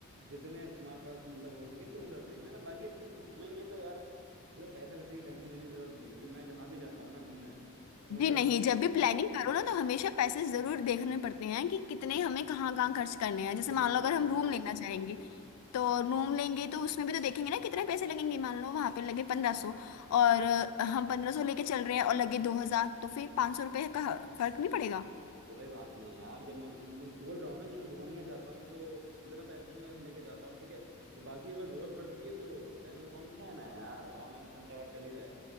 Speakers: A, on the right; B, on the left.
A: जितने तुम्हारे पास मतलब हो सके तुम उतना देख लेना बाकी अपने जब घूमेंगे तो यार ये तो पैसे वैसे की टेंशन लेने की जरूरत नहीं है, क्योंकि मैं जहाँ भी जाता हूँ ना घूमने तो
B: जी
A: भाई
B: नहीं जब भी प्लानिंग करो ना तो हमेशा पैसे जरूर देखने पड़ते हैं कि कितने हमें कहाँ कहाँ खर्च करने हैं जैसे
A: बिल्कुल
B: मान लो अगर हम
A: बात
B: रूम
A: सही
B: लेना
A: है
B: चाहेंगे तो रूम लेंगे तो उसमें भी तो देखेंगे ना कितने पैसे लगेंगे मान लो वहां पे लगे पंद्रह सौ और
A: हाँ
B: अ, हम पंद्रह सौ लेके चल रहे हैं और लगे दो हजार तो फिर पाँच सौ रुपये का फर्क नहीं पड़ेगा
A: कोई बात नहीं यार जब मैं घूम मैं बोल रहा हूँ ना जब मैं घूमना चाहता हूँ तो इतना पैसा तो मैं लेके जाता हूँ ठीक है तो बाकी अगर जरूरत पड़ती है तो बैंक अकाउंट है ना यार ऑनलाइन सब जगह चल ही रहा है